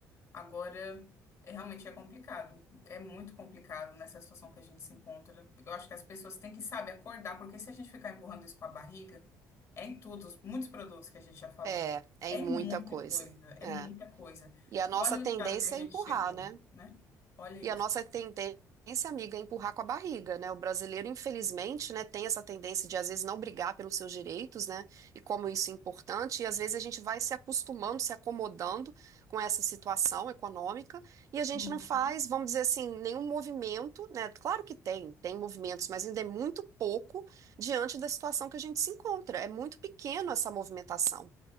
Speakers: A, on the left; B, on the right.
A: Agora, é, realmente é complicado. É muito complicado nessa situação que a gente se encontra. Eu acho que as pessoas têm que, sabe, acordar, porque se a gente ficar empurrando isso com a barriga, é em todos, muitos produtos que a gente já falou.
B: É, é
A: É
B: em
A: em
B: muita
A: muita
B: coisa.
A: coisa, é
B: É.
A: muita coisa.
B: E a nossa
A: E olha o
B: tendência
A: estado que a gente
B: é empurrar,
A: chegou,
B: né?
A: né? Olha isso.
B: E a nossa tendência, amiga, é empurrar com a barriga, né? O brasileiro, infelizmente, né, tem essa tendência de às vezes não brigar pelos seus direitos, né? E como isso é importante, e às vezes a gente vai se acostumando, se acomodando com essa situação econômica, e a gente
A: Uhum.
B: não faz, vamos dizer assim, nenhum movimento, né? Claro que tem, tem movimentos, mas ainda é muito pouco diante da situação que a gente se encontra. É muito pequeno essa movimentação.